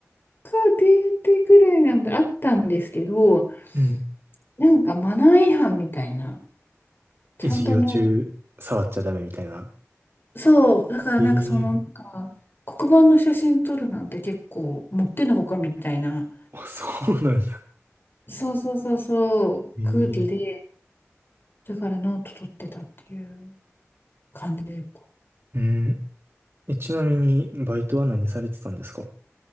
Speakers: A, on the left (about 45°); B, on the right (about 50°).
A: が出てくらいなんであったんですけど、
B: うん。
A: なんかマナー違反みたいな、ちゃんとノート
B: え、授業中触っちゃダメみたいな。
A: そう、だからなんかその、
B: ええ
A: なんか、黒板の写真撮るなんて結構もってのほかみたいな、
B: <laughs> あ、そうなんや。
A: そうそうそうそう、
B: ええ
A: 空気で、だからノート取ってたっていう。感じでした。
B: うん。え、ちなみに、バイトは何されてたんですか